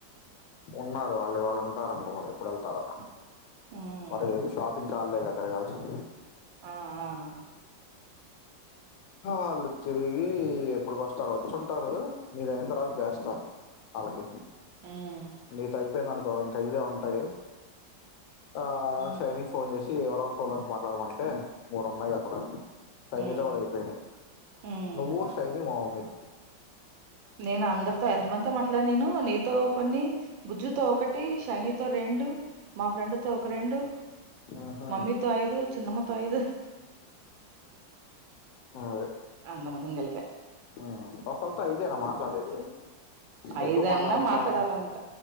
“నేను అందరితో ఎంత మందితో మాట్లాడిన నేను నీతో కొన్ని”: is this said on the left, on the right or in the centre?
Right